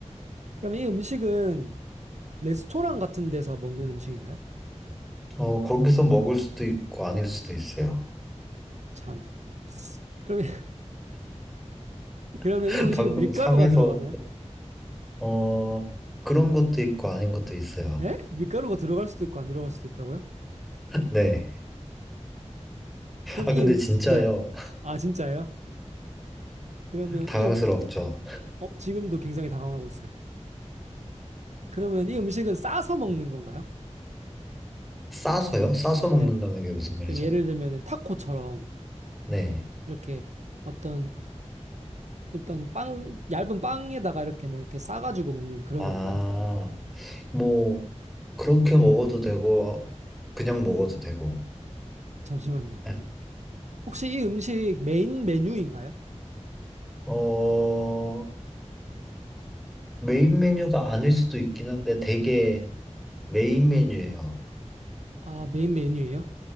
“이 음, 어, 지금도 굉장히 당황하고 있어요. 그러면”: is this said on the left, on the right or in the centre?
Right